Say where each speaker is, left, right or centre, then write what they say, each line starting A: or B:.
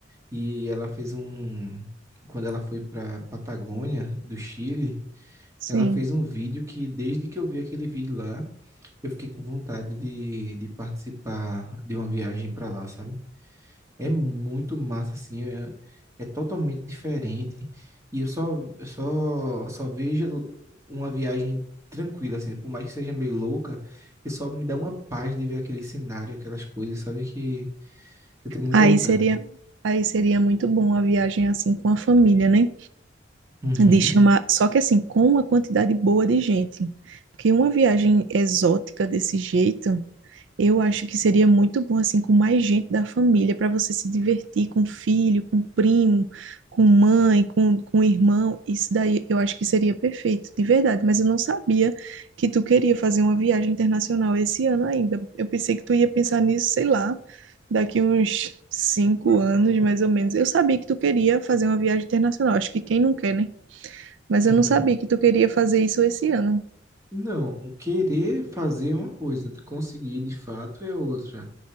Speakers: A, on the right; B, on the right.
A: E ela fez um. Quando ela foi para Patagônia, do Chile,
B: Sim.
A: ela fez um vídeo que, desde que eu vi aquele vídeo lá, eu fiquei com vontade de, de participar de uma viagem para lá, sabe? É muito massa, assim, é, é totalmente diferente. E eu só, eu só, só vejo uma viagem tranquila, assim, por mais que seja meio louca, e só me dá uma paz de ver aquele cenário, aquelas coisas, sabe? Que eu tenho muita
B: Aí
A: vontade.
B: seria, aí seria muito bom a viagem assim com a família, né?
A: Uhum,
B: De chamar, só que assim, com uma quantidade boa de gente. Porque uma viagem exótica desse jeito eu acho que seria muito bom, assim, com mais gente da família, para você se divertir com filho, com primo, com mãe, com, com irmão. Isso daí eu acho que seria perfeito, de verdade. Mas eu não sabia que tu queria fazer uma viagem internacional esse ano ainda. Eu pensei que tu ia pensar nisso, sei lá, daqui uns cinco anos, mais ou menos. Eu sabia que tu queria fazer uma viagem internacional. Acho que quem não quer, né? Mas
A: uhum.
B: eu não sabia que tu queria fazer isso esse ano.
A: Não, querer fazer é uma coisa, conseguir de fato é outra.